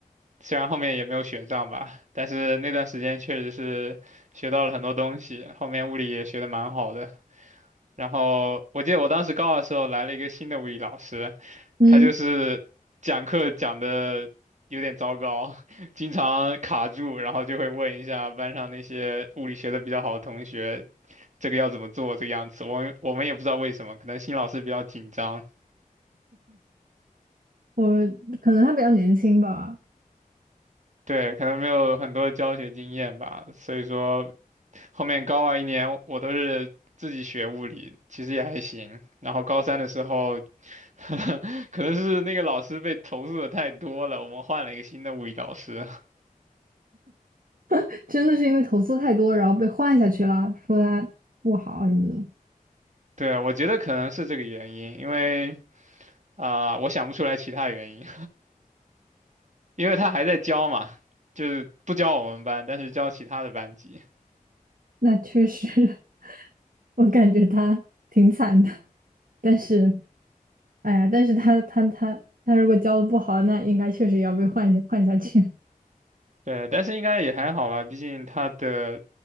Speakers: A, on the right; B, on the right.
A: 虽然后面也没有选上吧，但是那段时间确实是学到了很多东西，后面物理也学得蛮好的。然后我记得我当时高二的时候来了一个新的物理老师，
B: 嗯，
A: 他就是讲课讲的有点糟糕，<laughs> 经常卡住，然后就会问一下班上那些物理学的比较好的同学，这个要怎么做，这个样子。我们我们也不知道为什么，可能新老师比较紧张，
B: 我可能他比较年轻吧，
A: 对，可能没有很多教学经验吧，所以说后面高二一年我都是。自己学物理其实也还行，然后高三的时候，<laughs> 可能是那个老师被投诉的太多了，我们换了一个新的物理老师。
B: <laughs> 真的是因为投诉太多，然后被换下去了，说他不好啊什么的。
A: 对啊，我觉得可能是这个原因，因为啊、我想不出来其他原因，<laughs> 因为他还在教嘛，就是不教我们班，但是教其他的班级。
B: 那确实，<laughs> 我感觉他挺惨的。但是，哎呀，但是他他他他如果教的不好，那应该确实也要被换下换下去。
A: 对，但是应该也还好吧，毕竟他的